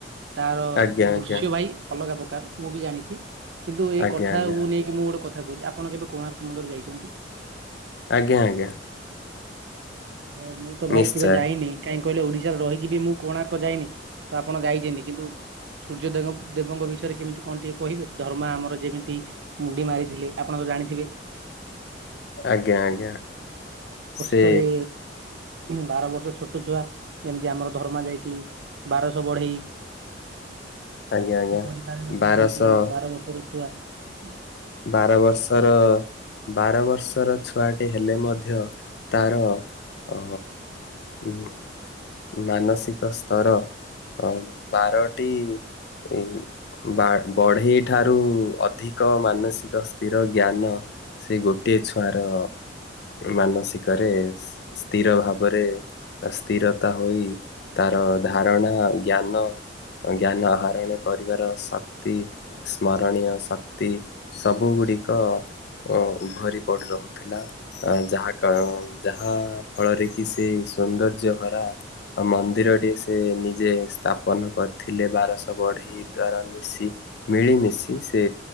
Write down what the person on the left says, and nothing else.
ଆଜ୍ଞା ଆଜ୍ଞା
ଆଜ୍ଞା
ଆଜ୍ଞା
ଆଜ୍ଞା ଆଜ୍ଞା।
ନିଶ୍ଚୟ
ଆଜ୍ଞା ଆଜ୍ଞା। ସେ
ଆଜ୍ଞା
ଆଜ୍ଞା
ବାରଶହ
ବାର ବର୍ଷର, ବାର ବର୍ଷର ଛୁଆଟି ହେଲେ ମଧ୍ୟ ତାର ଅ ଉମ୍ ମାନସିକ ସ୍ତର ଅ ବାରଟି ଏଇ ବା ବଢେଇ ଠାରୁ ଅଧିକ ମାନ ମାନସିକ ସ୍ଥିର, ଜ୍ଞାନ ସେଇ ଗୋଟିଏ ଛୁଆର ମାନସିକରେ ସି-ସ୍ଥିର ଭାବରେ ସ୍ଥିରତା ହୋଇ ତାର ଧାରଣା, ଜ୍ଞାନ ଜ୍ଞାନ ଆହରଣ କରିବାର ଶକ୍ତି, ସ୍ମରଣୀୟ ଶକ୍ତି ସବୁ ଗୁଡ଼ିକ ଉମ୍ ଭରି ପଡ଼ି ରହୁଥିଲା ଅ ଯାହା କ ଯାହା ଫଳରେ କି ସେଇ ସୌନ୍ଦର୍ଯ୍ୟ ଭରା ମନ୍ଦିରଟିଏ ସେ ନିଜେ ସ୍ଥାପନ କରିଥିଲେ, ବାରଶହ ବଢେଇ ଦ୍ଵାରା ମିଶି। ମିଳିମିଶି ସେ